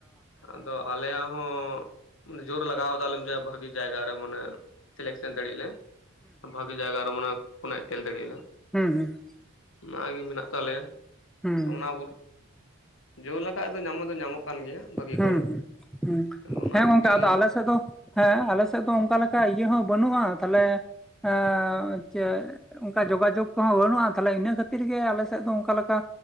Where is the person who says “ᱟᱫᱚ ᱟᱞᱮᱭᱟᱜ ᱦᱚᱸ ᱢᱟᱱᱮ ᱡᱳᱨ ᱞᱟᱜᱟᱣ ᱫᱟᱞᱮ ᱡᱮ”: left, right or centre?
Left